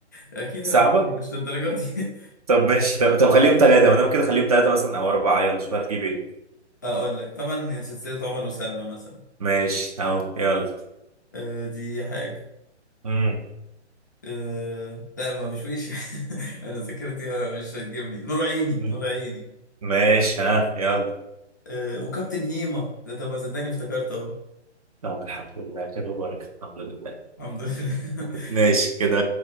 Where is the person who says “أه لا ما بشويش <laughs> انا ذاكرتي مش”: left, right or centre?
Left